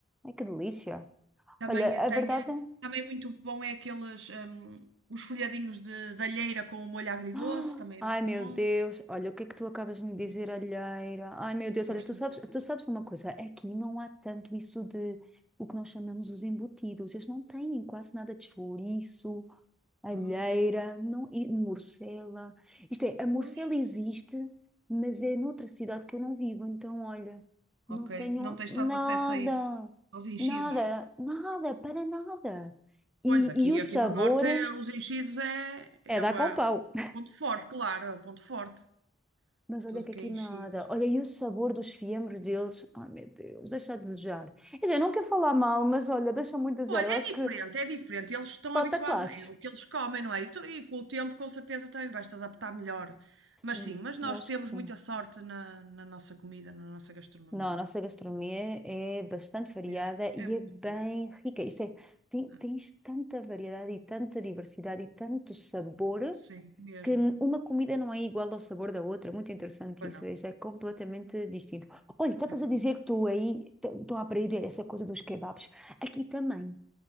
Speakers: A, in the centre; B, on the right (about 70°).
A: Ai, que delícia.
B: Também
A: Olha, a
B: tem,
A: verdade. <gasps> é.
B: também é muito bom é aqueles, hum, os folhadinhos de, de alheira com o molho agridoce,
A: Ah,
B: também
A: Ai,
B: é muito
A: meu
B: bom.
A: Deus. Olha, o que é que tu acabas de me dizer, alheira? Ai, meu Deus.
B: Gosto
A: Olha, tu sabes,
B: muito.
A: tu sabes uma coisa? Aqui não há tanto isso de o que nós chamamos os embutidos. Eles não têm quase nada de chouriço. alheira,
B: Ah,
A: não, e morcela. Isto é, a morcela
B: pois.
A: existe, mas é noutra cidade que eu não vivo. Então, olha,
B: Ok,
A: não tenho
B: não tens
A: nada,
B: tanto acesso a isso, aos enchidos.
A: nada, nada, para nada. E,
B: Pois, aqui,
A: e o
B: aqui
A: sabor,
B: no norte é- os enchidos é, é
A: É dar
B: o
A: com
B: é
A: pau.
B: o ponto forte, claro, é o ponto forte.
A: <laughs> mas olha
B: Tudo
A: que
B: que
A: aqui
B: é enchidos.
A: nada. Olha, e o sabor dos fiambres deles, ai meu Deus, deixa a desejar. Quer dizer, não quero falar mal, mas olha, deixa muito a desejar.
B: Olha,
A: Eu acho
B: é diferente,
A: que,
B: é diferente. Eles estão
A: Falta
B: habituados,
A: classes.
B: é o que eles comem, não é? E, tu- e com o tempo, com certeza, também vais-te adaptar melhor.
A: sim,
B: Mas sim, mas nós
A: eu acho
B: temos
A: que sim.
B: muita sorte na, na nossa comida, na nossa gastronomia.
A: Não, a nossa gastronomia é bastante variada
B: Mesmo.
A: e
B: É muito
A: é bem
B: boa.
A: rica. Isto é, tem-
B: Ah,
A: tens tanta variedade e tanta diversidade e tanto sabor
B: Sim, mesmo.
A: que n- uma comida não é igual ao sabor da outra. Muito interessante
B: Pois
A: isso.
B: não,
A: Isso é completamente distinto. Olha, estavas
B: é verdade.
A: a dizer que tu aí t- estão a abrir essa coisa dos kebabs. Aqui também.